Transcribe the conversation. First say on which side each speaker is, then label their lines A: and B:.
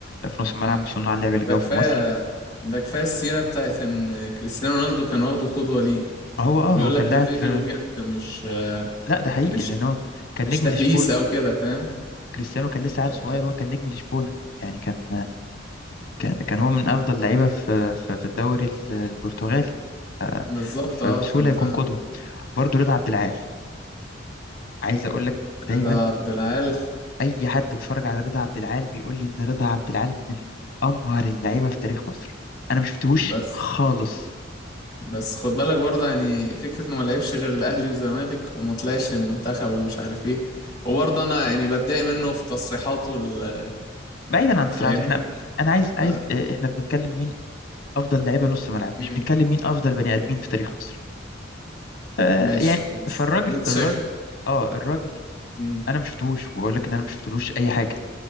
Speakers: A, on the left; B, on the left.
A: في نص الملعب
B: امم
A: وصناع اللعب اللي
B: ده
A: جوه
B: كفايه
A: في مصر
B: ده كفايه السيره بتاعت ان كريستيانو رونالدو كان واخده قدوه ليه
A: هو اه
B: وبيقول
A: هو كان
B: لك ده
A: لاعب
B: فيديو
A: في
B: بجد مش آه،
A: لا ده حقيقي
B: مش
A: لان هو كان
B: مش
A: نجم
B: تهييس
A: لشبونه
B: او كده فاهم
A: كريستيانو كان لسه عيل
B: آه،
A: صغير وهو كان نجم لشبونه يعني كان كان كان هو من أفضل لعيبة في في في الدوري ال- البرتغالي آه،
B: بالظبط
A: فبسهولة
B: اه فهمت
A: يكون قدوة برضو رضا عبد العال عايز أقول لك
B: رضا
A: دايما
B: عبد العال
A: أي حد اتفرج على رضا عبد العال بيقول لي إن رضا عبد العال من أمهر اللعيبة في تاريخ مصر أنا ما شفتهوش
B: بس
A: خالص
B: بس خد بالك برضه يعني فكرة انه ما لعبش غير الاهلي والزمالك وما طلعش المنتخب ومش عارف ايه وبرضه انا يعني بتضايق منه في تصريحاته ال-
A: بعيدا عن تصريحاته
B: فاهمني
A: إحنا أنا عايز عايز
B: آه،
A: آه، إحنا بنتكلم مين أفضل لعيبة نص ملعب
B: امم
A: مش بنتكلم مين أفضل بني آدمين في تاريخ مصر آه،
B: ماشي
A: يعني
B: خلاص
A: فالراجل
B: اللي انت شايف
A: الراجل آه الراجل
B: امم
A: أنا ما شفتهوش وأقول لك إن أنا ما شفتلوش أي حاجة